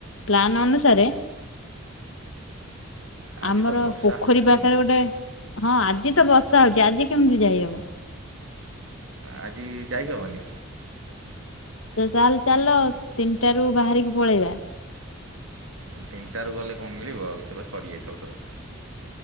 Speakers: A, on the left (about 70°); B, on the right (about 75°).
A: ପ୍ଲାନ୍ ଅନୁସାରେ
B: ଆଜି
A: ଆମର
B: ତ ବର୍ଷା
A: ପୋଖରୀ
B: ହେଉଛି
A: ପାଖେରେ ଗୋଟେ, ହଁ ଆଜି ତ ବର୍ଷା ହଉଚି ଆଜି କେମିତି ଯାଇହବ।
B: ଆଜି ଯାଇ ହବନି?
A: ତେବେ ତାହେଲେ ଚାଲ ତିନିଟାରୁୁ ବାହାରିକି ପଳେଇବା।
B: ତିନିଟାରୁ ଗଲେ କଣ ମିଳିବ ଆଉ, ସେ ବା ସରିଯାଇଥବ ସବୁ।